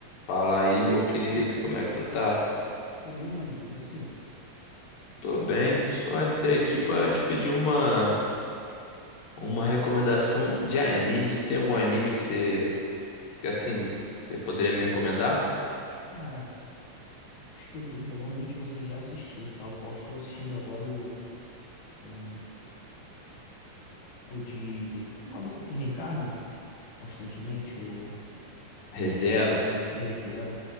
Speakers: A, on the left; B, on the left.
A: Fala aí, meu querido, como é que tu tá?
B: Tô bem, meu amigo. Você?
A: Tô bem, só entrei aqui pra te pedir uma, uma recomendação de anime. Você tem algum anime que você, que assim, você poderia me recomendar?
B: Cara, os que eu tenho provavelmente você já assistiu, tal qual estou assistindo agora o, o, o de do um maluco que reencarna constantemente, o
A: ReZero?
B: esqueci o nome do anime, ReZero.